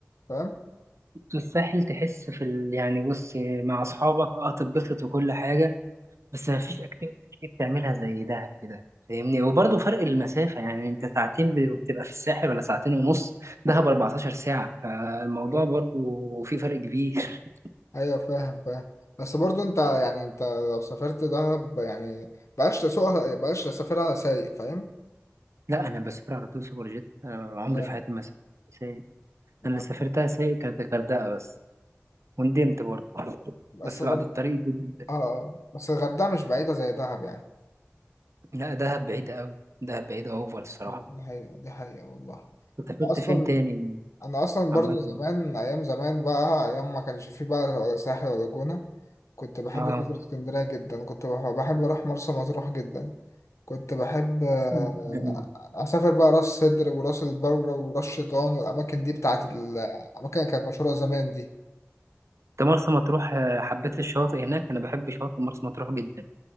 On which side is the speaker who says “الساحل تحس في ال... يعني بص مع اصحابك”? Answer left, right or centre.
Right